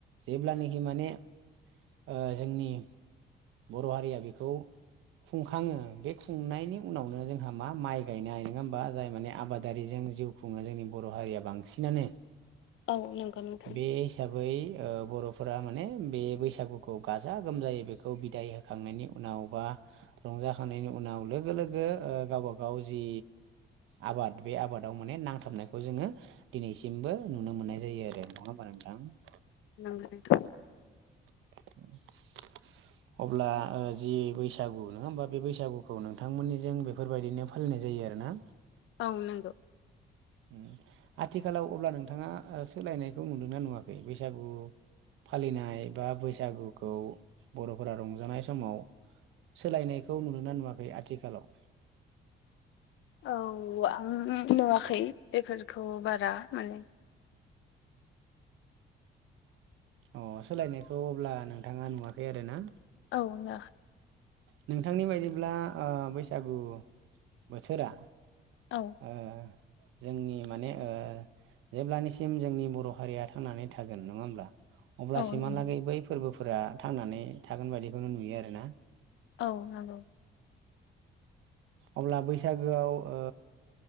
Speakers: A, on the right (about 85°); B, on the left (about 80°).
A: जेब्लानखि माने ओ जोंनि बर' हारिया बेखौ खुंखाङो बे खुंनायनि उनावनो जोंहा मा माइ गायनाय नङा होमबा जाय माने आबादारि जों जों जिउ खुङो जोंनि बर' हारिया बांसिनानो
B: औ नंगौ नोंथां
A: बे हिसाबै ओ बर'फोरा मानि बे बैसागुखौ गाजा गोमजायै बेखौ बिदाय होखांनायनि उनाव बा रंजा खांनायनि उनाव लोगो लोगो गावबा गाव जि आबाद बे आबादाव माने नांथाबनायखौ जोङो दिनैसिमबो नुनो मोननाय जायो नङा होनबा नोंथां
B: नंगौ नोंथां।
A: <unintelligible> अब्ला ओ जि बैसागु नंङा होमबा बे बैसागुखौ नोंथांमोननिजों बेफोरबायदिनो फालिनाय जायो आरो ना
B: औ नंगौ
A: उम आथिखालाव अब्ला नोंथांआ सोलायनायखौ नुदों ना नुवाखै बैसागु फालिनाय बा बैसागुखौ बर'फोरा रंजानाय समाव सोलायनायखौ नुुदों ना नुवाखै आथिखालाव?
B: औ आं नुवाखै बेफोरखौ बारा माने
A: ओ सोलायनायखौ अब्ला नोंथांआ नुवाखै आरो ना?
B: औ नुयाखै।
A: नोंथांनि बायदिब्ला ओ बैसागु बोथोरा
B: औ
A: ओ जोंनि माने ओ जेब्लानिसिम जोंनि बर' हारिया थांनानै थागोन नङा होमब्ला अब्लासिमहालागै
B: औ नंगौ
A: बै फोरबोफोरा थांनानै थागोन बायदिखौनो नुयो आरो ना
B: औ नंगौ
A: अब्ला बैसागोआव ओ